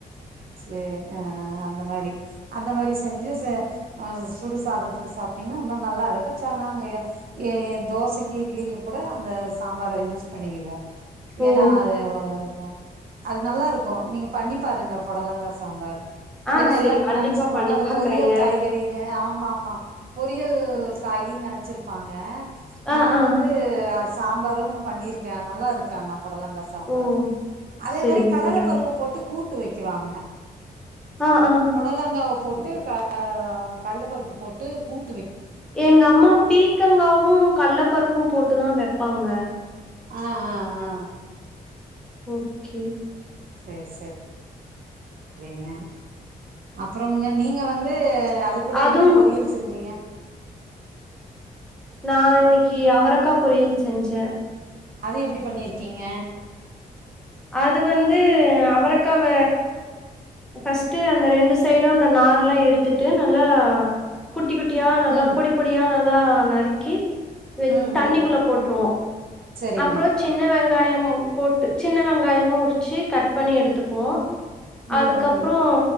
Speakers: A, on the right; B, in the centre.
A: ம் ஆஹ் அந்த மாரி அந்த மாரி செஞ்சு ச ஆ சுடுசாதத்துக்கு சாப்பிட்டீங்கன்னா இன்னும் நல்லா இருக்கும் சொன்னாங்க ஐயா தோசைக்கு இட்லிக்கு கூட அந்த சாம்பாரை யூஸ் பண்ணிக்குவோ
B: ஓ
A: ஏனா அது ஒரு அது நல்லா இருக்கும் நீங்க பண்ணி பாருங்க புடலங்கா சாம்பார்
B: ஆ
A: ஏன்னா எல்லாருமே
B: செரி கண்டிப்பா
A: நினைச்சிக்குவாங்க
B: பண்ணி
A: அது
B: பாக்குறேங்க
A: பொரியல் காய்கறின்னு ஆமா ஆமா ஆமா பொரியல் காயின்னு நினைச்சிருப்பாங்க
B: ஆ
A: நான்
B: ஆ
A: வந்து சாம்பாரும் பண்ணியிருக்கே நல்லா இருக்கு ஆனா
B: ஓ
A: அதே
B: செரி
A: மரி கடல
B: செரிங்க
A: பருப்பு போட்டு கூட்டு துட்டு வைக்க வாங்க
B: ஆ ஆ
A: புடலங்காவ் போட்டு ஆ கல்லப்பருப்பு போட்டு கூட்
B: எங்க அம்மா பீக்கங்காவு கல்ல பருப்பும் போட்டுதா வெப்பாங்க
A: ஆஹ் ஆஹ் ஆஹ்
B: ஓகே
A: செர் செர் ரிங்க அப்புறோம் ங்க நீங்க வந்து அது கூட
B: அதுவும்
A: என்ன பொறியல் செஞ்சிங்க
B: நா இன்னைக்கி அவரக்கா பொரியல் செஞ்ஜ
A: அது எப்புடி பண்ணிருக்கீங்க
B: அது வந்து அவரக்கவ ஃபஸ்ட் அந்த ரெண்டு சைட் ந்த நார்லா எடுத்துட்டு நல்லா குட்டி குட் டியா நல்லா
A: ம்
B: பொடி பொடியா நல் ல்லா நரிக் கி
A: ம்
B: தண்ணிக்குள்ள
A: ம்
B: போற்றுவோ
A: செரிங்க
B: அப்புறோ சின்ன வெங் கயமும் போட்டு சின்ன வெங்காயமுமா உரிச்சு கட் பண்ணி எடுத்துக்குவோ
A: ம்
B: அதுக்கப்புறோம்
A: ம்